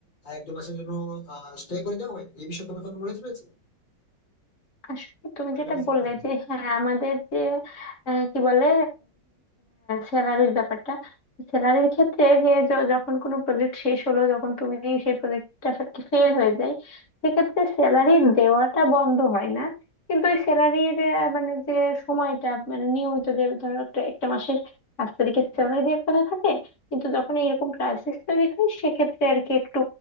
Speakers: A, on the left (about 85°); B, on the left (about 40°).
A: আহ, এক দু মাসের জন্য স্টে করে দেওয়া হয় এই বিষয়ে তোমার কোনো নলেজ রয়েছে
B: আসলে তুমি
A: কোনো অ্যাডভাইস
B: যেটা
A: দিতে
B: বললে
A: পারবে
B: যে হ্যাঁ আমাদের যে আহ, কি বলে স্যালারির ব্যাপারটা স্যালারির ক্ষেত্রে যে য- যখন কোনো প্রজেক্ট শেষ হলো যখন তুমি সেই প্রজেক্টটা ফেল হয়ে যায় সেক্ষেত্রে স্যালারি দেওয়াটা বন্ধ হয় না কিন্তু ওই স্যালারির মানে যে সময়টা মানে নিয়মিত যে ধরো একটা একটা মাসের পাঁচ তারিখে স্যালারি দেওয়ার কথা থাকে কিন্তু যখন এইরকম ক্রাইসিস তৈরি হয় সেক্ষেত্রে আর কি একটু